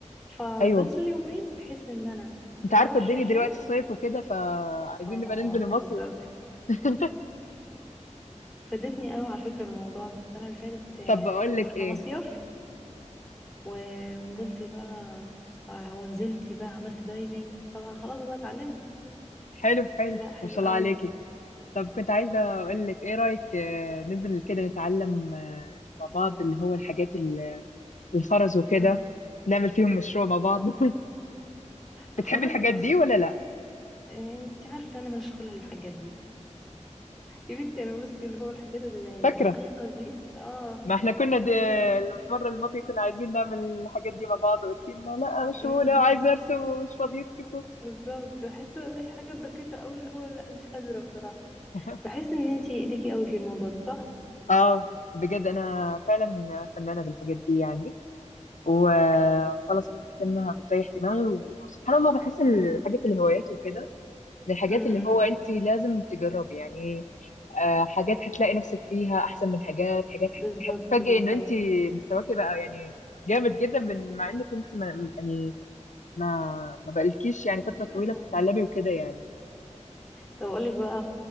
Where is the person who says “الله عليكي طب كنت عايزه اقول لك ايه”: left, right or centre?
Left